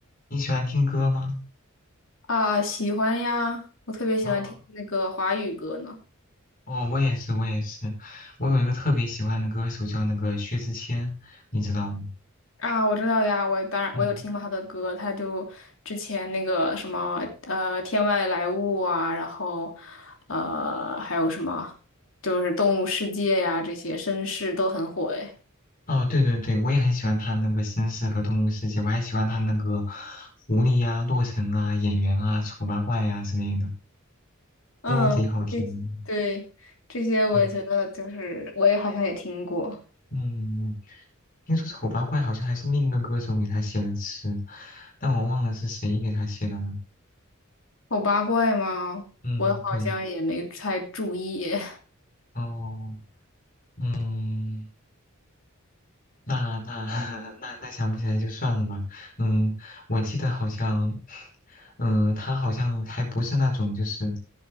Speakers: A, on the left (about 40°); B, on the left (about 65°).
A: 你喜欢听歌吗？
B: 啊，喜欢呀，我特别喜欢听那个华语歌呢。
A: 哦哦，我也是，我也是。我有一个特别喜欢的歌手叫那个薛之谦，你知道吗？
B: 啊，我知道呀，我当然我有听过他的歌，
A: 嗯，
B: 他就之前那个什么呃《天外来物》啊，然后呃还有什么就是《动物世界》呀，这些绅士都很火诶。
A: 哦，对对对，我也很喜欢他那个《绅士》和《动物世界》，我还喜欢他那个《狐狸》呀、《洛城》啊、《演员》啊、《丑八怪》呀之类的，都贼好听。
B: 嗯，对对，这些我也觉得就是我也好像也听过。
A: 对，嗯，听说《丑八怪》好像还是另一个歌手给他写的词，但我忘了是谁给他写的了。
B: 丑八怪吗？
A: 嗯，
B: 我好像也没太注意。
A: 对，
B: <laughs>
A: 哦，嗯。那那 <laughs> 那那想不起来就算了吧。嗯，我记得好像，嗯，他好像还不是那种就是，